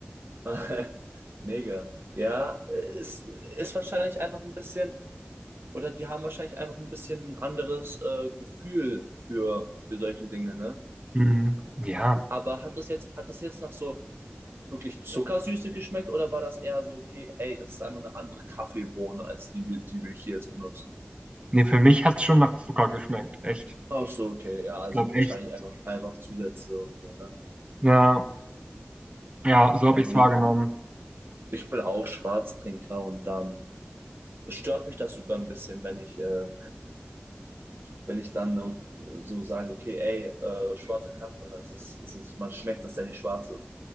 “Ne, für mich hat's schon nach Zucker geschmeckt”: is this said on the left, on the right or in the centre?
Right